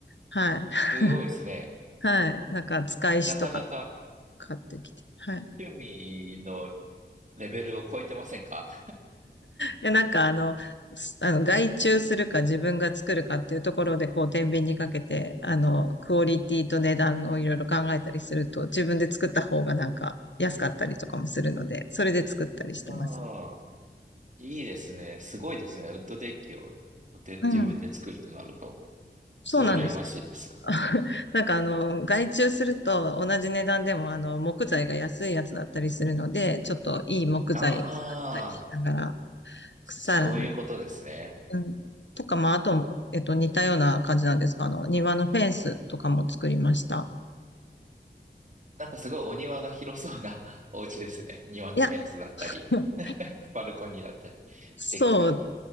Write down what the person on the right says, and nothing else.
すごいですね。
なかなか
趣味のレベルを超えてませんか
ああ、いいですね。すごいですね。ウッドデッキをで自分で作るとなると、
すごい羨ましいです。
あそういうことですね。
なんかすごいお庭が広そうな <laughs> お家ですね。庭のフェンスだったり、
<laughs> バルコニーだったり、
デックが。